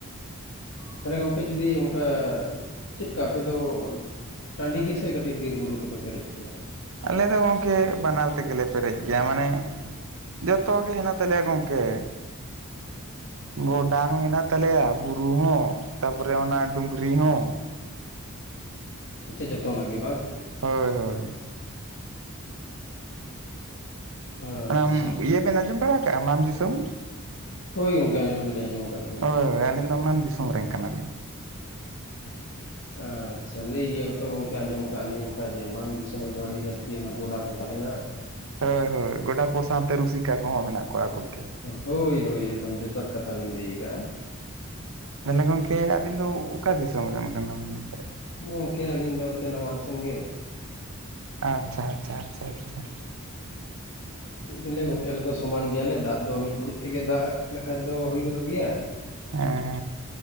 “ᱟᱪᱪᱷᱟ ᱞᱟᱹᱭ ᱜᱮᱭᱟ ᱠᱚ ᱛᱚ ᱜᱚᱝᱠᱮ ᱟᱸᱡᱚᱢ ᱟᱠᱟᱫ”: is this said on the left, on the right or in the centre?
Left